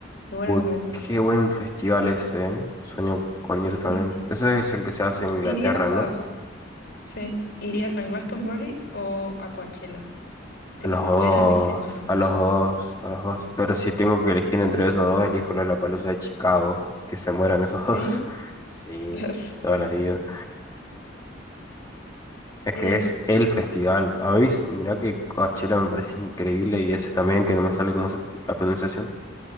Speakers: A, on the left; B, on the left.
A: me vuela
B: Uy,
A: la cabeza.
B: qué buen festival ese, ¿eh? Sueño con ir
A: Sí.
B: también. Ese es el que se hace en Inglaterra,
A: Irías
B: ¿no?
A: a... Sí. ¿Irías a Glastonbury o a Coachella? Tipo,
B: A los
A: si
B: dos,
A: tuvieras que elegir entre los dos.
B: a los dos, a los dos. Pero si tengo que elegir entre esos dos, elijo Lollapalooza de Chicago. Que se mueran esos
A: Sí.
B: dos. <laughs> Sí,
A: <laughs>
B: toda
A: Bueno.
B: la vida. Es
A: Eh,
B: que es el festival. A mí, mirá que Coachella me parece increíble y ese también, que no me sale cómo se, la pronunciación.